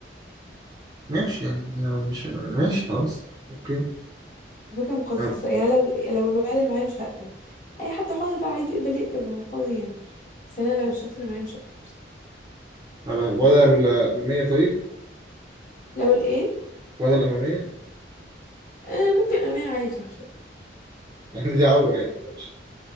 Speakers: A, on the right; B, on the left.
A: ماشي يعني آه، مش ماشي خلاص اوكي
B: فكرة مقززة
A: عم-
B: يعني لو لو الولد اللي معايا مش هقبل اي حد حر بقى عايز يقبل يقبل ما هو حر يعني بس انا لو الشخص اللي معايا مش هقبل
A: على ولا الأمامية طيب
B: لو الايه
A: ولا الأمامية
B: آه ممكن امانة عادي صح
A: <laughs> يعني دي عورة يعني ماشي